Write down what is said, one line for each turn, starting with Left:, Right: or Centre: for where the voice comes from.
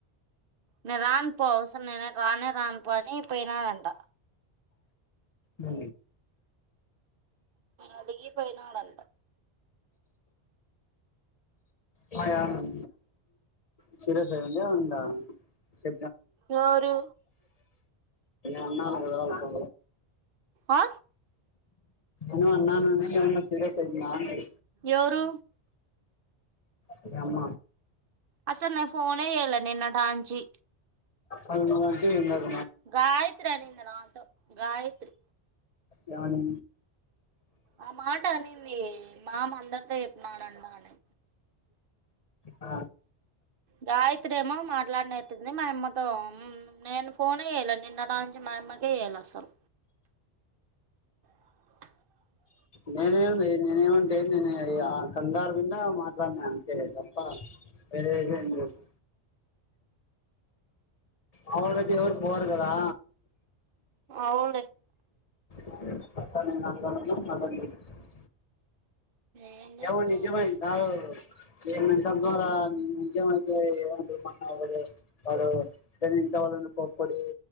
Right: నేను రాన్ పోవసర నేను రానేే రాన్ పో పోయినా వెంటా
Left: అ
Right: అదిగ ఈ పయనాడంట
Left: డి సిరస్ అండి అవుం చె
Right: ఎవరు
Left: అన్న నా ఏదా పో
Right: ఆ
Left: ఏను అన్నా సీరియస్ అయిన్నా అ
Right: ఎవురు
Left: మీ అమ్మ
Right: అసల్ నేన్ ఫోనే చేయాలా నిన్నటనుంచి.
Left: అది నువ్వంటివి ఇందాక
Right: గాయిత్రి అనింది నాతో గాయిత్రి
Left: ఏమని
Right: ఆ మాట అనింది మామ అందరితో చెప్పినాడంట అని.
Left: ఆ
Right: గాయిత్రిేమో మాట్లాడినట్టుంది మా అమ్మతో ఉమ్ నేను ఫోనే చేయాల నిన్నట్ నిన్నట నుంచి మా అమ్మకే చేయాలా అసలు. <inaudible>
Left: నేనేమ్లే నేనేమంటే నేను ఎ ఆ ఆ కంగారు కింద మాట్లాడినా అంతే తప్ప. వేరేదేం లేదు ఆవుల దగ్గరికి ఎవరు పోరు కదా.
Right: అవ్లే
Left: <unintelligible>
Right: ఏం చేస్తావ్
Left: ఏవో నిజమయిందా ఏ మెంటల్ ద్వారా నిజమైతే ఏమకున్నా వాడు ఇంట్లో వాళ్ళ మీద కోప్పడి.